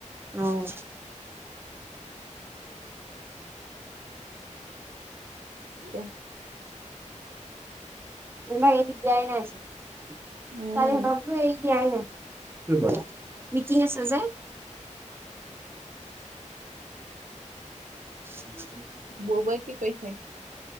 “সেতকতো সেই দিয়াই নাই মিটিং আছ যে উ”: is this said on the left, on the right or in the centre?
Right